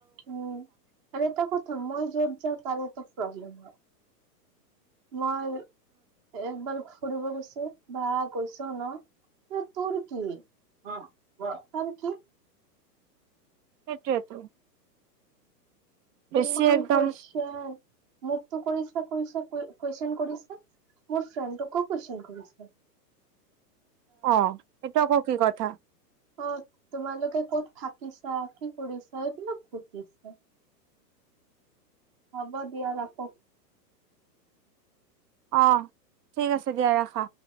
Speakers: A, on the right; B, on the right.
A: উম আৰু এটা কথা মই যত যাক কাৰটা। প্ৰব্লেম ন মই একবাৰ। ফুৰিব গৈছে বা গৈছে। নো তুৰ্কি অঁ তুৰ্কি।
B: সেইটোৱেইেতো। বেছি
A: ইমান
B: একদম।
A: কুৱেশন মোকতো কৰিছো কৰিছো কুৱেশন কৰিছে মোৰ ফ্ৰেণ্ডকো কুৱেশন কৰিছেৱ
B: অ এটো আকৌ কি কথা
A: অ তোমালোকে ক'ত থাকিছা কি কৰিছা এইবিলাক সুধিছা হ'ব দিয়া ৰাখো।
B: অঁ ঠিক আছে দিয়া ৰাখা।